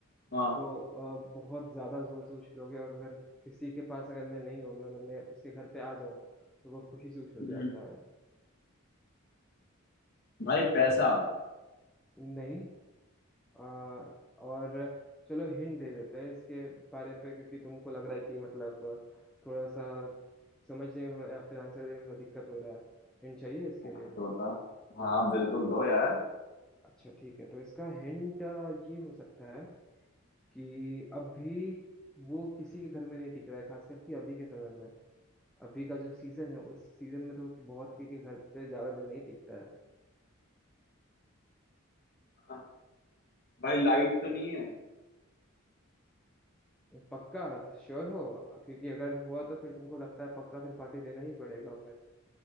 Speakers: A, on the left; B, in the centre.
A: हाँ
B: तो अ, बहुत ज़्यादा ज़ोर से उछलोगे और अगर किसी के पास अगर मैं नहीं हूँ मैं मैं उसके घर पे आ जाऊँ तो वो खुशी से उछल
A: हम्म
B: जाता है
A: भाई पैसा
B: नहीं अ, और चलो हिंट दे देते हैं इसके बारे पे क्योंकि तुमको लग रहा है कि मतलब थोड़ा सा समझने में या फिर आंसर देने में थोड़ा दिक्कत हो रहा है हिंट चाहिए इसके
A: हाँ
B: लिए तुमको
A: तो बता हाँ बिल्कुल दो यार
B: अच्छा ठीक है तो इसका हिंट ये हो सकता है कि अभी वो किसी के घर में नहीं टिक रहा है खास करके अभी के समय में अभी का जो सीजन है उस सीजन में तो बहुत किसी के घर पे ज्यादा दिन नहीं टिकता है
A: हाँ, भाई लाइट तो नहीं है
B: पक्का तो श्योर हो क्योंकि अगर हुआ तो फिर तुमको लगता है पक्का फिर पार्टी देना ही पड़ेगा हमें